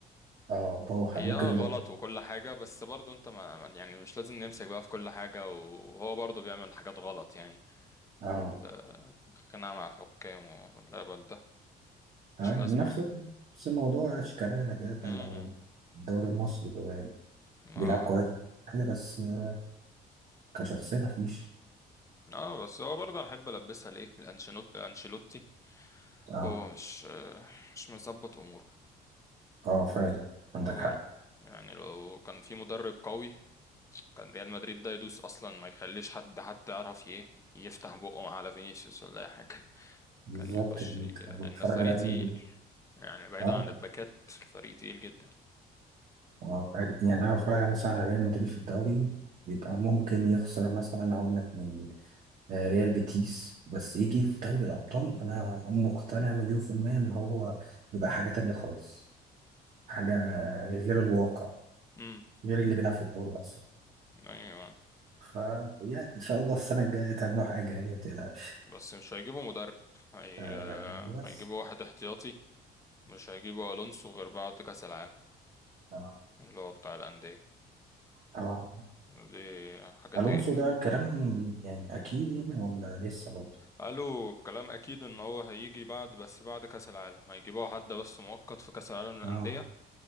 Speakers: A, on the right (about 50°); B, on the left (about 20°).
A: اه بوح
B: هي
A: ممكن
B: اه
A: يبقى
B: غلط وكل حاجة بس برضه انت ما ما- يعني مش لازم نمسك بقى في كل حاجة وهو برضه بيعمل حاجات غلط يعني
A: اه
B: ال- الخناقة مع الحكام والهبل ده مش
A: ايوه
B: لازمة
A: من نفس
B: يعني
A: نفس الموضوع شيكابالا كده كان
B: امم
A: لو الدوري المصري كده يعني
B: اه
A: بيلعب كويس حاجة بس آه، كشخصية مفيش
B: اه بس هو برضه انا احب البسها ليه الانشيلوتي الانشيلوتي
A: اه
B: هو مش آه، مش مظبط اموره
A: اه فعلا عندك
B: هو
A: حق
B: لا- يعني لو كان في مدرب قوي كان ريال مدريد ده يدوس اصلا ما يخليش حد حتى يعرف ي- ايه يفتح بقه على فينيسيوس ولا اي حاجة
A: بالظبط
B: كان يخش
A: يعني
B: ي-
A: انت
B: لأن
A: لما بتتفرج
B: الفريق
A: على ريال
B: تقيل
A: مدريد
B: يعني بعيدا
A: اه
B: عن الباكات الفريق تقيل جدا
A: اه يعني انا بتفرج مثلا على ريال مدريد في الدوري بيبقى ممكن يخسر مثلا هقول لك من آه، ريال بيتيس بس يجي في دوري الأبطال أنا مقتنع مليون في المية إن هو بيبقى حاجة تانية خالص حاجة غير الواقع
B: امم
A: غير اللي بيلعب في الدوري أصلا
B: ايوه
A: فيعني إن شاء الله السنة الجاية تعملوا حاجة يعني متقلقش
B: بس مش هيجيبوا مدرب هي...
A: آه بس
B: هيجيبوا واحد احتياطي مش هيجيبوا الونسو غير بعد كاس العالم
A: آه.
B: اللي هو بتاع الانديه
A: آه.
B: دي حاجه تقرف
A: ألونسو ده
B: يعني
A: كلام يعني أكيد يعني ولا لسه برضه
B: قالوا كلام اكيد ان هو هيجي بعد بس بعد كاس العالم هيجيبوا حد بس مؤقت في كاس العالم للانديه
A: أه